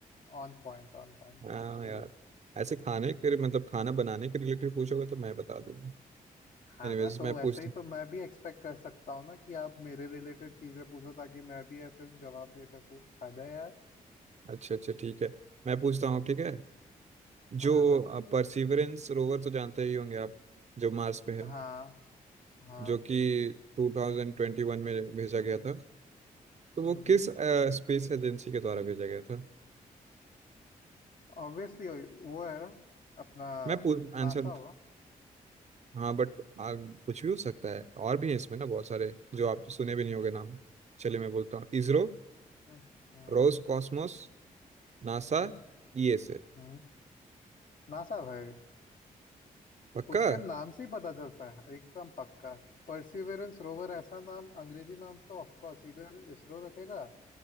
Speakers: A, on the left; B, on the right.
A: ऑन पॉइंट ऑन पॉइंट
B: हाँ
A: सही
B: यार
A: है
B: ऐसे खाने के मतलब खाना बनाने के रिलेटेड पूछोगे तो मैं बता दूंगा
A: हाँ
B: एनीवेज
A: तो
B: मैं
A: वैसे
B: पूछता
A: ही
B: हूँ
A: तो मैं भी एक्सपेक्ट कर सकता हूँ ना कि आप मेरे रिलेटेड चीजें पूछो ताकि मैं भी ऐसे जवाब दे सकूँ हद है यार
B: अच्छा अच्छा ठीक है मैं पूछता हूँ ठीक है जो
A: हाँ हाँ
B: परसिवरेंस रोवर तो जानते ही होंगे आप जो मार्स पे है
A: हाँ हाँ
B: जो कि 2021 में भेजा गया था तो
A: हम्म
B: वो किस
A: हम्म
B: स्पेस एजेंसी के द्वारा भेजा गया था
A: ऑब्वियसली वो है अपना
B: मैं आंसर
A: नासा होगा
B: हाँ बट कुछ भी हो सकता है और भी है इसमें ना बहुत सारे जो आप सुने भी नहीं होंगे नाम चलिए मैं बोलता हूँ ISRO
A: हम्म हम्म
B: Roscosmos NASA
A: हम्म
B: ESA
A: हम्म नासा भाई
B: पक्का
A: उसके नाम से ही पता चलता है एकदम पक्का परसिवरेंस रोवर ऐसा नाम अंग्रेजी नाम तो ऑफ कोर्स इधर इसरो रखेगा